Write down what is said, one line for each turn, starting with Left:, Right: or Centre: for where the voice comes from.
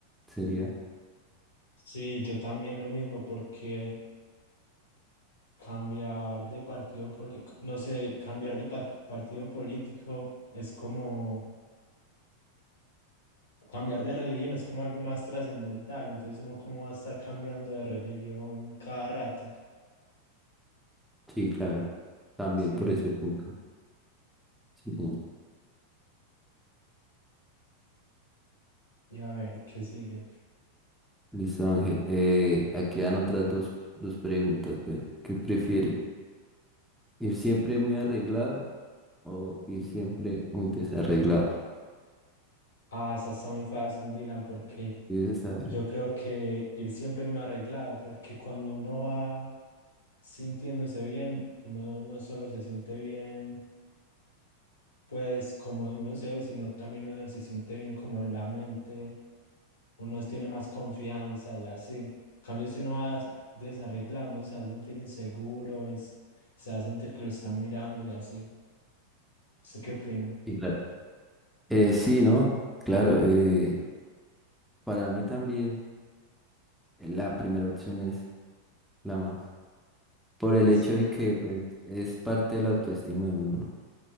Centre: Sería,
Left: Sí, yo también lo mismo porque... Cambiar de partido político, no sé, cambiar de pat- partido político es como cambiar de religión, es como algo más trascendental, entonces uno cómo va a estar cambiando de religión cada rato.
Centre: sí, claro, también
Left: Sí,
Centre: por
Left: en-
Centre: ese punto. Sí, señor.
Left: y a ver, ¿qué sigue?
Centre: Listo, Ángel. Eh, aquí dan otras dos, dos preguntas, pues. ¿Qué prefiere? ¿Ir siempre muy arreglado o ir siempre muy desarreglado?
Left: Ah, esa está muy fácil, Dylan, porque
Centre: Sí, esa está breve.
Left: yo creo que ir siempre muy arreglado, porque cuando uno va sintiéndose bien, uno no solo se siente bien, pues como uno se ve, sino también uno se siente bien como en la mente uno tiene más confianza y así. En cambio, si uno va desarreglado, uno se va a sentir inseguro y s- se va a sentir que lo están mirando y así. ¿Usted qué opina?
Centre: Sí, claro. Eh, sí, ¿no? Claro, eh, para mí también eh, la primera opción es la más. por el
Left: Sí,
Centre: hecho de que pues es parte de la autoestima de uno, ¿no?